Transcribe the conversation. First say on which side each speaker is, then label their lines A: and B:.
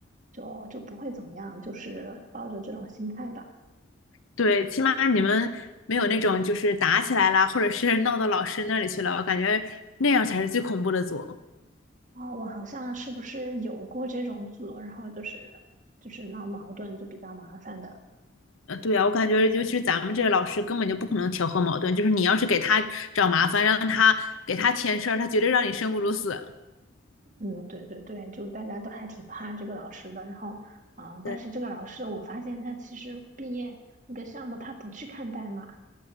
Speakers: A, on the right (about 35°); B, on the left (about 75°).
A: 就就不会怎么样，就是抱着这种心态吧。
B: 对，起码你们没有那种就是打起来啦，或者是 <laughs> 闹到老师那里去了，我感觉那样才是最恐怖的组。
A: 哦，我好像是不是有过这种组，然后就是就是闹矛盾，就比较麻烦的。
B: 呃，对啊，我感觉尤其是咱们这个老师根本就不可能调和矛盾，就是你要是给他找麻烦，让他给他添事儿，他绝对让你生不如死。
A: 嗯，对对对，就大家都还挺怕这个老师的。然后，啊、
B: 对，
A: 但是这个老师我发现他其实毕业那个项目他不去看代码。